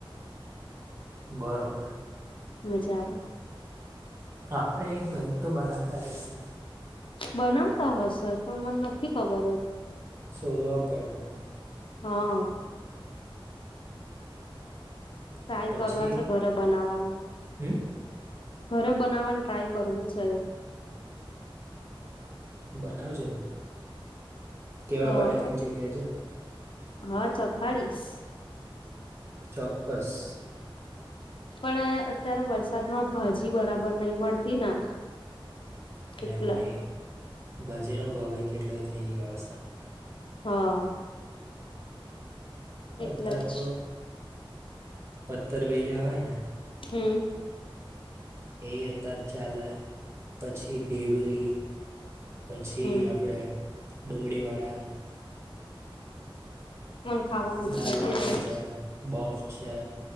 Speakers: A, on the right; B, on the left.
A: બરોબર.
B: મજા આવે.
A: આપણે એ કંઈક તો બનાવતા જ હશે.
B: બનાવતા હશે પણ મન નથી ખબર <inaudible>
A: શોધવા પડે પણ
B: હા ટ્રાય
A: એ
B: કરવા
A: પછી
B: છે ઘરે બનાવાની.
A: હમ
B: ઘરે બનાવાની ટ્રાય કરવું છે.
A: બનાવજે <inaudible> કેવા
B: હ
A: બને છે પછી કેજે.
B: હા ચખાડીશ.
A: ચોક્કસ.
B: પણ અત્યારે વરસાદમાં ભાજી બરાબર નહી મળતી ને.
A: અને
B: એટલે
A: એમાંય ભાજીનો ભાવ એ કેટલોય થઇ ગયો હશે.
B: હહ એટલે
A: અતાર
B: જ
A: તો પતર વેલ્યા હોય ને
B: હમ
A: એ અતાર ચાલે, પછી ડેવરી પછી
B: હમ
A: આપણેે ડુંગળીવાળા
B: એમ ખાવાની ઈચ્છા
A: દાલવડા
B: થઈ ગઈ
A: છે, બફ છે.